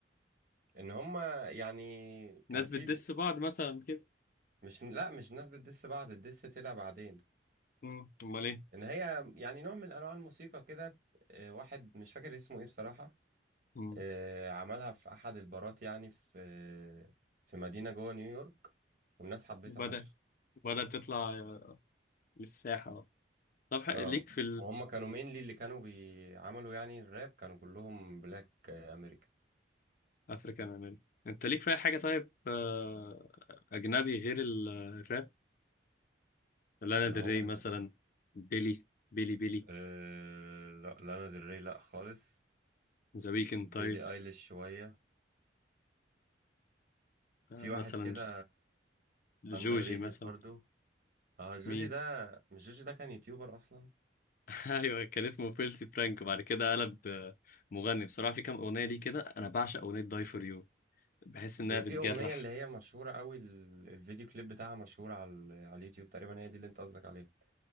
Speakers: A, on the right; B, on the left.
A: ان هم يعني
B: ناس
A: كان في
B: بتدس بعض مثلا كده
A: مش لا مش الناس بتدس بعض الدس طلع بعدين
B: مم. امال ايه
A: ان هي يعني نوع من انواع الموسيقى كده آه، واحد مش فاكر اسمه ايه بصراحة
B: مم.
A: آه، عملها في احد البارات يعني في آه، في مدينة جوه نيويورك والناس حبيتها
B: وبدأ
A: فشخ
B: وبدأت تطلع للساحة بقى. طب ح- ليك
A: اه
B: في
A: وهم كانوا مينلي اللي كانوا بيعملوا يعني الراب كانوا كلهم بلاك امريكا
B: الافريكان امريكا انت ليك في اي حاجة طيب آه، اجنبي غير الراب لانا
A: ان
B: ديل
A: هو
B: ري مثلا
A: ال-
B: بيلي بيلي بيلي
A: آه لا لانا ديل ري لا خالص
B: ذا ويكند
A: بيلي
B: تايب
A: ايليش شويه
B: آه،
A: في
B: مثلا
A: واحد كده
B: جوجي
A: اندر ريتد
B: مثلا
A: برضو اه جوجي
B: مين
A: ده مش جوجي ده كان يوتيوبر اصلا
B: <laughs> ايوه كان اسمه فيلسي فرانك وبعد كده قلب آه، مغني بصراحه في كام اغنيه ليه كده انا بعشق اغنيه داي فور يو بحس انها
A: هي
B: بتجرح
A: في اغنيه اللي هي مشهوره قوي ال- الفيديو كليب بتاعها مشهور على ال- على اليوتيوب تقريبا هي دي اللي انت قصدك عليها